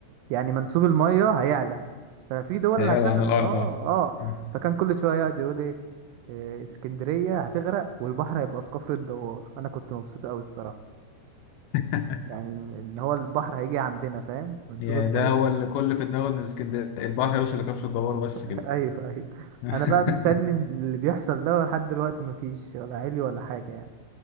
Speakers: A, on the right (about 80°); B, on the left (about 80°).
A: يعني منسوب الميه هيعلى ففي دول
B: هيقلع
A: هتغرق
B: عن الأرض
A: اه
B: اه
A: اه
B: مم.
A: فكان كل شويه يقعد يقول ايه إيه، اسكندريه هتغرق والبحر هيبقى في كفر الدوار انا كنت مبسوط قوي الصراحه
B: <laughs>
A: يعني ان هو البحر هيجي عندنا فاهم منسوب
B: يعني
A: الميه
B: ده هو اللي كل في دماغه إن اسكندرية البحر هيوصل لكفر الدوار بس
A: <laughs>
B: كده
A: ايوه ايوه
B: <laughs>
A: انا بقى مستني اللي بيحصل ده لحد دلوقتي مفيش ولا علي ولا حاجه يعني